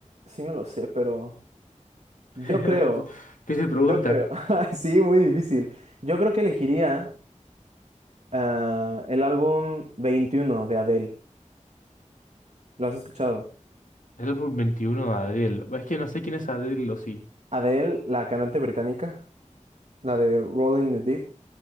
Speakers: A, on the right (about 60°); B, on the left (about 80°).
A: sí me lo sé, pero yo
B: nada.
A: creo,
B: <laughs> Difícil pregunta.
A: yo creo. <laughs> Sí, muy difícil. Yo creo que elegiría... Ah, el álbum 21 de Adele. ¿Lo has escuchado?
B: El álbum 21 de Adele. Es que no sé quién es Adele o sí.
A: Adele, la cantante británica, la de Rolling in the Deep.